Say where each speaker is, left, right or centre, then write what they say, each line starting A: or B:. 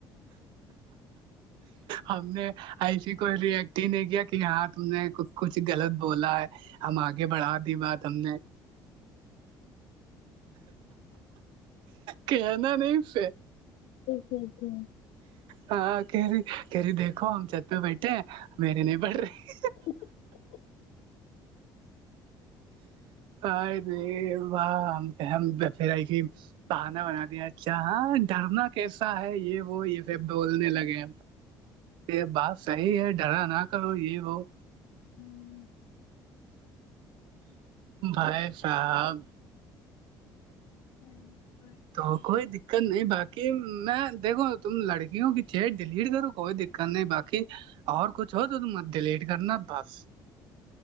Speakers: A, on the right; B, on the left.
A: ہم نے ایسیے کوئی ریئٹ ہی نہیں کیا کہ ہاں تم نے کچھ غلط بولا ہے ہم آگے بڑھا دی بات ہم نے کہنا نہیں سے
B: ٹھیک ٹھیک
A: ہاں کہری کہری دیکھو ہم چھت پہ بیٹھے ہیں میرے نہیں پڑھ رہی
B: <inaudible>
A: ا ر واہ ہم کہ ہم پر کہ <unintelligible> بہانا بنا دیا اچھا ہاں ڈرنا کیسا ہے یہ وہ یہ پھر بولنے لگے یہ بات صحیح ہے ڈرا نہ کرو یہ وہ
B: ہوں <unintelligible>
A: بھائی صاحب
B: ہوں
A: تو کوئی دقت نہیں باقی میں دیکھو تم لڑکیوں کی چیٹ ڈیلیٹ کرو کوئی دقت نہیں باقی کہ اور کچھ ہو تو ت ڈلیٹ کرنا بس